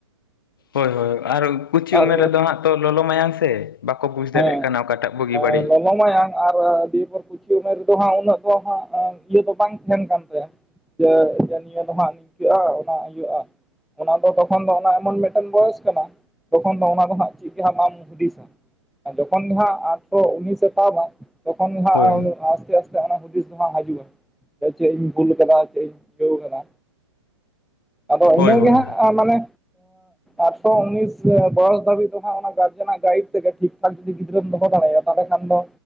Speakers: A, on the left; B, in the centre.
A: ᱦᱳᱭ ᱦᱳᱭ ᱟᱨ ᱠᱩᱪᱷᱤ
B: ᱟᱨ
A: ᱩᱢᱮᱨ ᱨᱮᱫᱚ ᱦᱟᱸᱜ ᱛᱚ ᱞᱚᱞᱚ ᱢᱟᱭᱟᱝ ᱥᱮ᱾ ᱵᱟᱠᱚ ᱵᱩᱡᱽ
B: ᱦᱮᱸ
A: ᱫᱟᱲᱮᱭᱟᱜ ᱠᱟᱱᱟ ᱚᱠᱟᱴᱟᱜ ᱵᱩᱜᱤ
B: ᱞᱚᱞᱚ
A: ᱵᱟᱹᱲᱤᱡ᱾
B: ᱢᱟᱭᱟᱝ ᱟᱨ ᱫᱤᱭᱮ ᱯᱚᱨ ᱠᱩᱪᱤ ᱩᱢᱮᱨ ᱨᱮᱫᱚ ᱦᱟᱸᱜ ᱩᱱᱟᱹᱜ ᱫᱚ ᱦᱟᱸᱜ ᱤᱭᱟᱹ ᱫᱚ ᱵᱟᱝ ᱛᱟᱦᱮᱸᱱ ᱠᱟᱱ ᱛᱟᱭᱟ᱾ ᱡᱮ ᱥᱮ ᱱᱤᱭᱟᱹ ᱫᱚ ᱦᱟᱸᱜ ᱱᱤᱝᱠᱟᱹᱜᱼᱟ, ᱚᱱᱟ ᱤᱭᱟᱹᱜᱼᱟ᱾ ᱚᱱᱟ ᱫᱚ ᱛᱚᱠᱷᱚᱱ ᱫᱚ ᱚᱱᱟ ᱮᱢᱚᱱ ᱢᱤᱫᱴᱮᱱ ᱵᱚᱭᱮᱥ ᱠᱟᱱᱟ ᱛᱚᱠᱷᱚᱱ ᱫᱚ ᱚᱱᱟ ᱫᱚ ᱦᱟᱸᱜ ᱪᱮᱫ ᱠᱟ ᱦᱚᱸ ᱵᱟᱢ ᱦᱩᱫᱤᱥᱟ᱾ ᱟᱨ ᱡᱚᱠᱷᱚᱱ ᱜᱮ ᱦᱟᱸᱜ ᱟᱴᱷᱨᱚ ᱩᱱᱤᱥ ᱮ ᱛᱟᱵᱟ ᱛᱚᱠᱷᱚᱱ ᱜᱮ ᱦᱟᱸᱜ
A: ᱦᱳᱭ
B: ᱟᱥᱛᱮ ᱟᱥᱛᱮ ᱚᱱᱟ ᱦᱩᱫᱤᱥ ᱫᱚ ᱵᱟᱝ ᱦᱤᱡᱩᱜᱼᱟ ᱪᱮᱜ ᱤᱧ ᱵᱷᱩᱞ ᱟᱠᱟᱫᱟ ᱪᱮᱫ ᱤᱧ ᱪᱤᱠᱟᱹᱣ ᱠᱟᱫᱟ᱾ ᱟᱫᱚ
A: ᱦᱳᱭ
B: ᱤᱱᱟᱹ
A: ᱦᱳᱭ
B: ᱜᱮ
A: ᱦᱳᱭ
B: ᱦᱟᱸᱜ ᱟᱸ ᱢᱟᱱᱮ ᱟᱴᱷᱨᱚ ᱩᱱᱤᱥ ᱵᱚᱭᱚᱥ ᱫᱷᱟᱹᱵᱤᱡ ᱫᱚ ᱦᱟᱸᱜ ᱚᱱᱟ ᱜᱟᱨᱡᱮᱱᱟᱜ ᱜᱟᱭᱤᱰ ᱛᱮᱜᱮ ᱴᱷᱤᱠ ᱴᱷᱟᱠ ᱡᱩᱫᱤ ᱜᱤᱫᱽᱨᱟᱹᱢ ᱫᱚᱦᱚ ᱫᱟᱲᱮᱭᱟᱭᱟ ᱛᱟᱦᱞᱮ ᱠᱷᱟᱱ ᱫᱚᱼᱼ